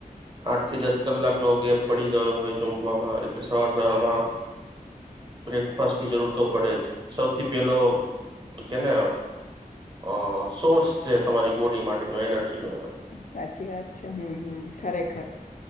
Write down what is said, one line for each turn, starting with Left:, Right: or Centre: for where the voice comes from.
Right: આઠ થી દસ કલાકનો ગેપ પડી ગયો હોય જમવામાં એટલે સવાર શરમાં. બ્રેકફાસ્ટની જરૂરતો પડે જ સૌથી પેલો કેને અ સોર્સ છે તમારી બોડી માટેનો એનર્જી નો.
Left: સાચી વાત છે હમ હમ ખરેખર